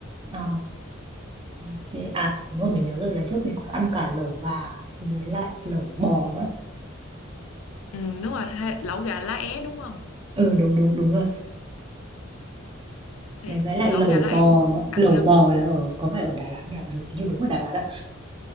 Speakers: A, on the right; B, on the left.
A: Ừ. Ok. À đúng rồi mình nhớ rồi lần trước mình còn ăn cả lẩu gà với lại lẩu bò nữa.
B: ừ, đúng rồi hay- lẩu gà lá é đúng không
A: Ừ đúng đúng đúng rồi.
B: thì
A: Đấy, với lại
B: lẩu
A: lẩu
B: gà lá
A: bò,
B: é thì cũng đặc
A: lẩu
B: trưng
A: bò là ở có phải ở Đà Lạt nhỉ? Ừ, hình như đúng ở Đà Lạt đó.